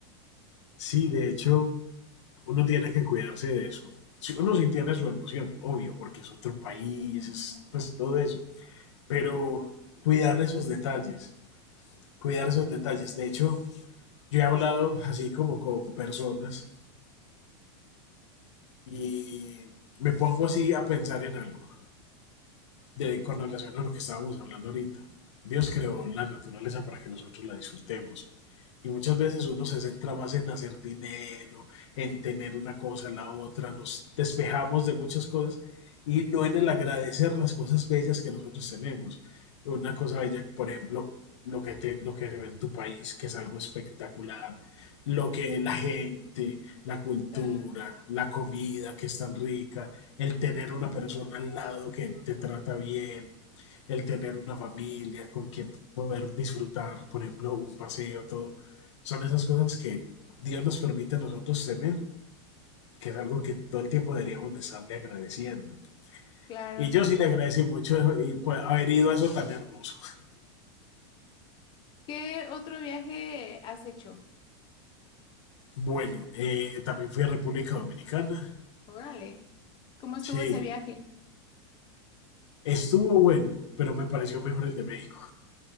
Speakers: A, on the left; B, on the left.
A: Sí, de hecho, uno tiene que cuidarse de eso. Si uno sí tiene su emoción, obvio, porque es otro país,
B: Ujú.
A: es pues todo eso. Pero cuidar esos detalles, cuidar esos detalles. De hecho, yo he hablado así como con personas y me pongo así a pensar en algo. de, con relación a lo que estábamos hablando ahorita. Dios creó la naturaleza para que nosotros la disfrutemos. Y muchas veces uno se centra más en hacer dinero, en tener una cosa, la otra, nos despejamos de muchas cosas y no en el agradecer las cosas bellas que nosotros tenemos. Una cosa bella, por ejemplo, lo que, te, lo que se ve en tu país, que es algo espectacular, lo que la gente, la cultura,
B: Ah,
A: la comida que es tan rica, el tener una persona al lado que te trata bien, el tener una familia con quien poder disfrutar, por ejemplo, un paseo, todo. Son esas cosas que Dios nos permite a nosotros tener, que es algo que todo el tiempo deberíamos de estarle agradeciendo.
B: claro.
A: Y yo sí le agradecí mucho y, pues, haber ido a eso tan hermoso.
B: ¿Qué otro viaje has hecho?
A: Bueno, eh, también fui a República Dominicana.
B: Órale. ¿Cómo estuvo
A: Sí,
B: ese viaje?
A: estuvo bueno, pero me pareció mejor el de México.